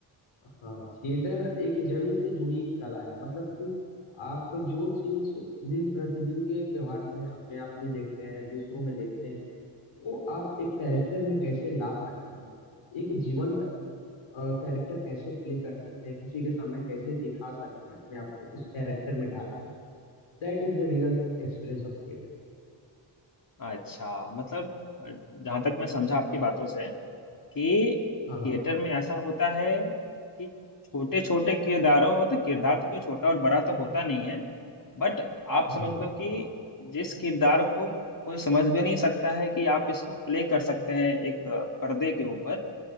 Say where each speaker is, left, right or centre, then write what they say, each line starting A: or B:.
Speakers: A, on the left; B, on the left.
A: हाँ थिएटर एक जमीन से जुड़ी कला है मतलब कि आप जो चीज दिन प्रतिदिन के व्यवहार में अपने आप में देखते हैं दूसरों में देखते हैं वो आप एक कैरेक्टर में कैसे ला सकते हैं एक जीवंत कैरेक्टर कैसे प्ले कर सकते हैं किसी के सामने कैसे दिखा सकते हैं अपने आप को उस कैरेक्टर में डाल के That is the real experience of theatre
B: अच्छा मतलब जहां तक मैं समझा आपकी बातों से कि
A: हाँ हाँ
B: थिएटर में ऐसा होता है कि छोटे छोटे किरदारों मतलब किरदार तो कोई छोटा और बड़ा तो होता नहीं है बट आप
A: हाँ
B: समझ लो कि जिस किरदार को कोई समझ भी नहीं सकता है कि आप इसको प्ले कर सकते हैं एक पर्दे के ऊपर